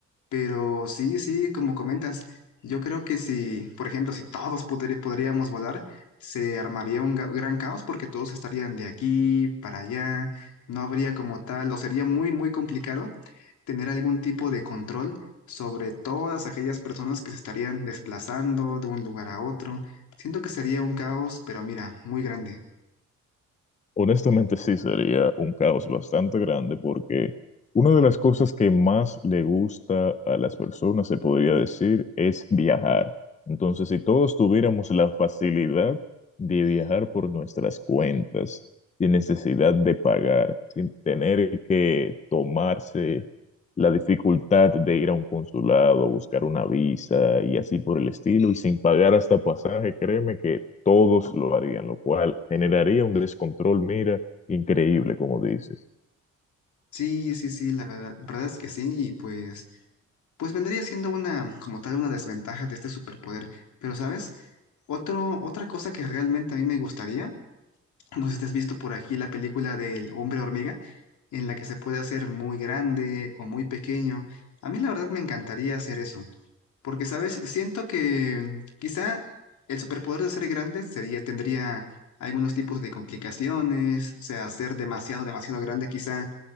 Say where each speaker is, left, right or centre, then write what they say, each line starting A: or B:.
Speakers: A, on the left (about 75°); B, on the left (about 25°).
A: Pero sí, sí, como comentas, yo creo que si, por ejemplo, si todos podri- podríamos volar, se armaría un ga- gran caos porque todos estarían de aquí para allá, no habría como tal, o sería muy, muy complicado tener algún tipo de control sobre todas aquellas personas que se estarían desplazando de un lugar a otro. Siento que sería un caos, pero mira, muy grande.
B: Honestamente sí sería un caos bastante grande porque una de las cosas que más le gusta a las personas, se podría decir, es viajar. Entonces, si todos tuviéramos la facilidad de viajar por nuestras cuentas, sin necesidad de pagar, sin tener que tomarse la dificultad de ir a un consulado, buscar una visa y así por el estilo, y sin pagar hasta pasaje, créeme que todos lo harían, lo cual generaría un descontrol, mira, increíble, como dices.
A: Sí, sí, sí, la verdad, verdad es que sí, y pues... Pues vendría siendo una, como tal, una desventaja de este superpoder. Pero, ¿sabes? Otro, otra cosa que realmente a mí me gustaría, no sé si te has visto por aquí la película del hombre hormiga, en la que se puede hacer muy grande o muy pequeño. A mí la verdad me encantaría hacer eso, porque, ¿sabes? Siento que quizá el superpoder de ser grande sería, tendría algunos tipos de complicaciones, o sea, ser demasiado, demasiado grande quizá